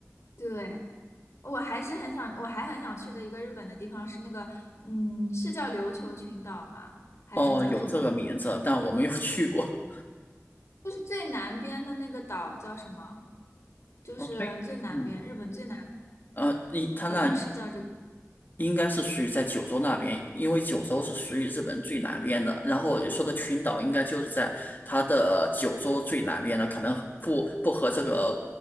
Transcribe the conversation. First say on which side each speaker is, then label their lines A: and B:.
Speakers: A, on the left (about 70°); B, on the left (about 40°).
A: 对，我还是很想，我还很想去的一个日本的地方是那个，嗯，是叫琉球群岛吗？还是叫什么？
B: 哦，有这个名字，但我没有去过。
A: 就是最南边的那个岛叫什么？就是最南边，
B: 哦，对，嗯，
A: 日本最南，
B: 呃，一它那
A: 好像是叫这个。
B: 应该是属于在九州那边，因为九州是属于日本最南边的。然后你说的群岛，应该就是在它的九州最南边的，可能和不不和这个